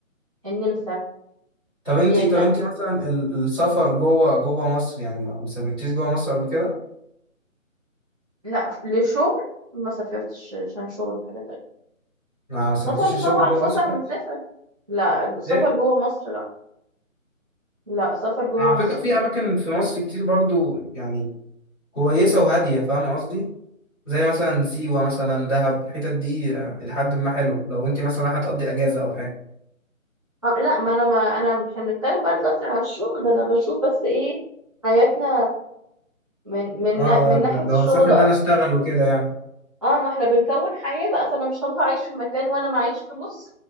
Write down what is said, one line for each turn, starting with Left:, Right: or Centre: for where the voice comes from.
Right: النمسا
Centre: طب انتي
Right: فيينا
Centre: طب انتي مثلا ال- السفر جوه جوه مصر يعني ما ما سافرتيش جوه مصر قبل كده؟
Right: لا ف- لشغل ما سافرتش عشان شغل حاجة تانية
Centre: ما ما سافرتيش
Right: سفر
Centre: الشغل
Right: طبعا
Centre: جوه
Right: فسح
Centre: مصر كده؟
Right: من سفر لا السفر
Centre: ايه؟
Right: جوه مصر لا لا سفر جوه
Centre: على
Right: مصر
Centre: فكرة في
Right: لا
Centre: أماكن في مصر كتير برضو يعني كويسة وهادية فاهم قصدي؟ زي مثلا سيوة مثلا دهب الحتت دي آه، لحد ما حلو لو انتي مثلا رايحة تقضي أجازة أو حاجة
Right: آه، لا ما انا ما انا مش هنتكلم بقى دلوقتي على الشغل انا بشوف بس ايه حياتنا من من
Centre: اه
Right: نا- من
Centre: اه لا،
Right: ناحية
Centre: لو
Right: الشغل
Centre: هسافر إن أنا أشتغل وكده يعني
Right: اه ما احنا بنكون حياة بقى فانا مش هروح اعيش في مكان وانا معيش فلوس